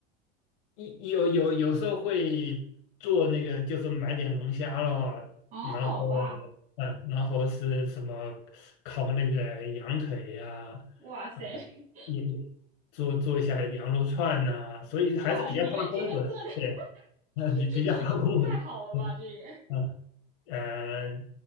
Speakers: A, on the left (about 65°); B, on the right (about 25°).
A: 有有有时候会做那个，就是买点龙虾咯，
B: 哦，
A: 然后
B: 哇
A: 嗯，然后是什么烤那个羊腿呀、
B: 哇塞，
A: 嗯，
B: <laughs>
A: 也也做做一下羊肉串呐、所以还是比较怕公混，
B: 哇！你们这个做的
A: 对，<laughs> 嗯，
B: 这这整的太好了吧？
A: 比比较怕公混，对，
B: 这也
A: 嗯。呃，